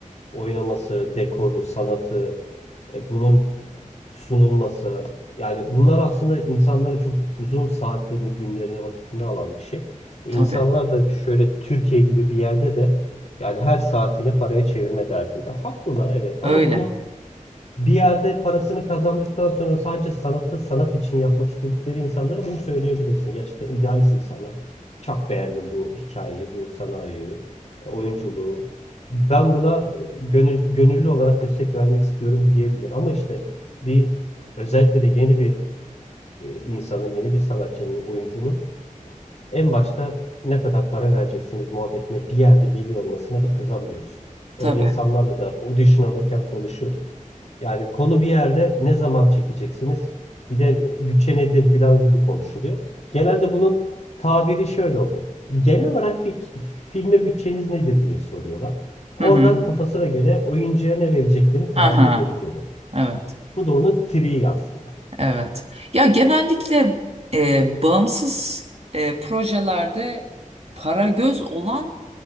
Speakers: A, on the left; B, on the right.
A: oynaması, dekoru, sanatı, e, bunun sunulması. Yani bunlar aslında insanların çok uzun saatlerini, günlerini, vakitini alan bir şey. E,
B: Tabii.
A: İnsanlar da şöyle Türkiye gibi bir yerde de yani her saatini paraya çevirme derdinde. Haklılar evet ama
B: Öyle.
A: bunu bir yerde parasını kazandıktan sonra sadece sanatı sanat için yapmak istedikleri insanlara bunu söyleyebilirsin. Gerçekten idealist insanlar. Çok beğendim bu hikayeyi, bu senaryoyu, oyunculuğu. Ben buna e, gönül, gönüllü olarak destek vermek istiyorum diyebilir. Ama işte bir özellikle de yeni bir e, insanın, yeni bir sanatçının, oyuncunun en başta ne kadar para vereceksiniz muhabbetine bir yerde geliyor olmasına da kızamıyoruz.
B: Tabii.
A: Öyle insanlarla da audition alırken konuşuyorduk. Yani konu bir yerde ne zaman çekeceksiniz, bir de bütçe nedir filan gibi konuşuluyor. Genelde bunun tabiri şöyle oluyor. Genel olarak fik- filme bütçeniz nedir diye soruyorlar. Oradan
B: Hı hı.
A: kafasına göre oyuncuya ne vereceklerini tahmin
B: Aha.
A: edebiliyorlar.
B: Evet.
A: Bu da onun triği aslında.
B: Evet. Ya genellikle e, bağımsız e, projelerde para göz olan